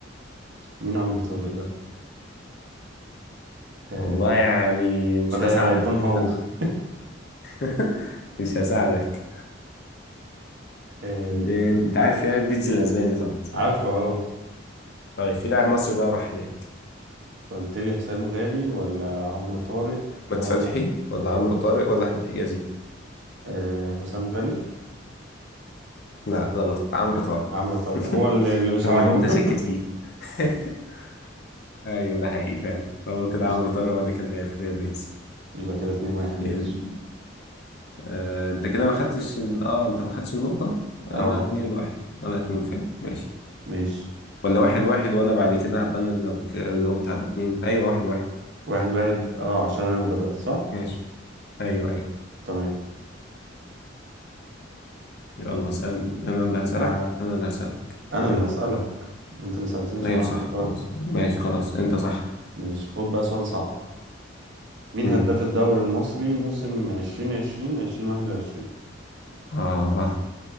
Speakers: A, on the right (about 65°); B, on the left (about 55°).
A: مين عمرو طارق ده؟ آه
B: والله يعني مش
A: ما ده
B: هساعدك
A: لا يكون هو
B: فانت
A: <laughs>
B: <laughs> مش هساعدك
A: آه
B: ده- انت عارف يعني البيتش الاسباني طبعا صح
A: عارفه اه
B: طيب في لاعب مصري بقى راح هناك
A: قلت لي حسام غالي ولا عمرو طارق
B: احمد
A: ولا
B: فتحي ولا عمرو
A: آه.
B: طارق ولا احمد حجازي
A: آه حسام غالي
B: لا غلط عمرو طارق
A: عمرو طارق
B: <laughs>
A: هو اللي, اللي مش
B: هو
A: عارف
B: اللي انت شاكك
A: <laughs>
B: فيه <laughs> ايوه ده حقيقي فعلا هو كده
A: ماشي
B: عمرو طارق هو اللي كان لاعب في ريال بيتس
A: يبقى كده اتنين واحد
B: يعني
A: يا باشا
B: آه انت كده ما خدتش ال- اه انت ما خدتش النقطة انا
A: اه
B: اتنين واحد انا اتنين فعلا ماشي
A: ماشي
B: ولا واحد واحد وانا بعد كده هبقى انا لو ك- جاوبت هبقى اتنين ايوه واحد واحد
A: واحد واحد اه عشان انا اللي بدأت صح؟
B: ماشي ايوه
A: مم.
B: ايوه
A: تمام
B: يلا اسال انا اللي هسالك
A: آه
B: انا اللي هسالك
A: انا
B: ايوه
A: اللي هسألك انت اللي سألتني سؤال
B: ايوه صح
A: عمرو طارق
B: خلاص ماشي خلاص انت صح
A: ماشي خد بقى سؤال صعب مين
B: امم
A: هداف الدوري المصري موسم 2020 2021
B: اه